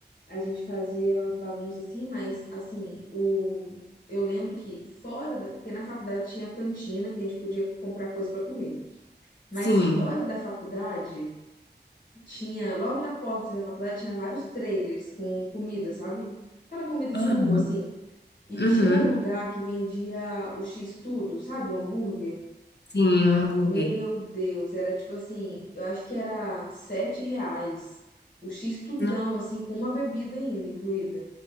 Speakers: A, on the left; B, on the left.
A: a gente fazia umas bagunças assim, mas assim, o, eu lembro que fora da. Porque na faculdade tinha cantina que a gente podia comprar coisa pra comer. Mas
B: Sim.
A: fora da faculdade, tinha. Logo na porta assim, da faculdade tinha vários trailers com comida, sabe? Aquela comida de
B: Aham.
A: rua, assim. E
B: Uhum.
A: tinha um lugar que vendia o X-Tudo, sabe? O hambúrguer.
B: Sim, um hambúrguer.
A: Meu Deus, era tipo assim, eu acho que era sete reais o X tudão,
B: Não-
A: assim, com uma bebida ainda incluída.